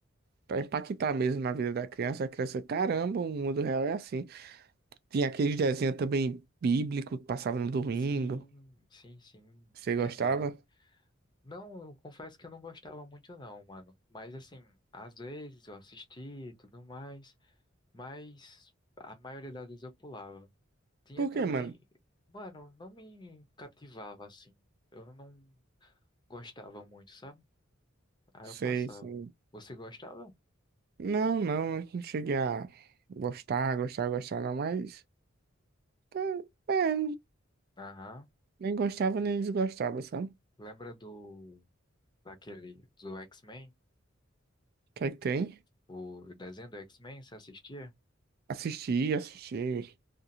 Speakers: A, on the right; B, on the left.
A: Pra impactar mesmo na vida da criança, a criança, caramba, o mundo real é assim. Tinha aqueles desenhos também bíblico que passava no domingo.
B: Sim, sim, sim,
A: Você
B: verdade.
A: gostava?
B: Não, eu confesso que eu não gostava muito não, mano. Mas assim, às vezes eu assistia e tudo mais, mas a maioria das vezes eu pulava. Tinha
A: Por
B: também,
A: quê, mano?
B: mano, não me cativava assim. Eu não gostava muito, sabe? Aí
A: Sei,
B: eu passava.
A: sei.
B: Você gostava?
A: Não, não, não cheguei a gostar, gostar, gostar, não, mas. tá, É,
B: Aham.
A: nem gostava nem desgostava, sabe? O
B: Lembra do daquele do X-Men?
A: que é que tem?
B: O desenho do X-Men, você assistia?
A: Assisti, assisti.